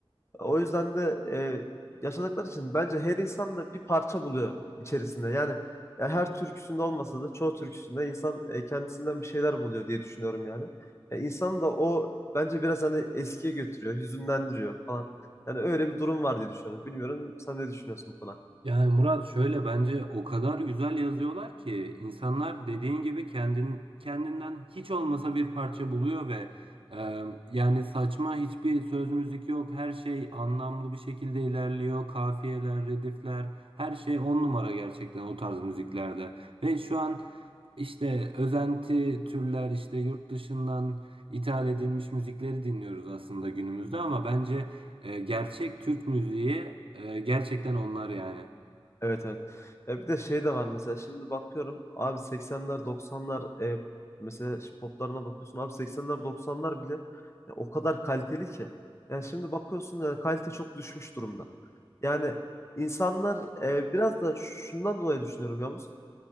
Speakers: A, on the left (about 30°); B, on the right (about 70°).
A: O yüzden de e, yaşadıkları için bence her insan da bir parça buluyor içerisinde. Yani, yani her türküsünde olmasa da çoğu türküsünde insan e, kendisinden bir şeyler buluyor diye düşünüyorum yani. E, insanı da o bence biraz hani eskiye götürüyor, hüzünlendiriyor falan. Yani öyle bir durum var diye düşünüyorum. Bilmiyorum sen ne düşünüyorsun bu konu
B: Yani Murat şöyle bence o kadar güzel yazıyorlar ki insanlar dediğin gibi kendin, kendinden hiç olmasa bir parça buluyor ve e, yani saçma hiçbir söz müzik yok. Her şey anlamlı bir şekilde ilerliyor. Kafiyeler, redifler her şey on numara gerçekten o tarz müziklerde. Ve şu an işte özenti türler işte yurt dışından ithal edilmiş müzikleri dinliyoruz aslında günümüzde ama bence e, gerçek Türk müziği e, gerçekten onlar yani.
A: Evet evet. Ya bir de şey de var mesela şimdi bakıyorum abi 80'ler 90'lar e, mesela şu poplarına bakıyorsun abi 80'ler 90'lar bile ya o kadar kaliteli ki. Yani şimdi bakıyorsun yani kalite çok düşmüş durumda. Yani insanlar e, biraz da şundan dolayı düşünüyorum ya